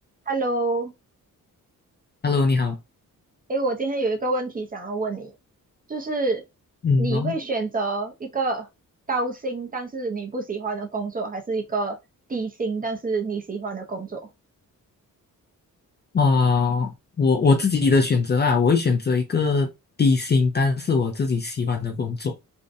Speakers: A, on the right (about 25°); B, on the left (about 30°).
A: Hello，
B: Hello，你好。
A: 诶，我今天有一个问题想要问你，就是你会选择一个高薪但是你不喜欢的工作，
B: 嗯，好，
A: 还是一个低薪但是你喜欢的工作？
B: 哦，我我自己的选择啊，我会选择一个低薪，但是我自己喜欢的工作。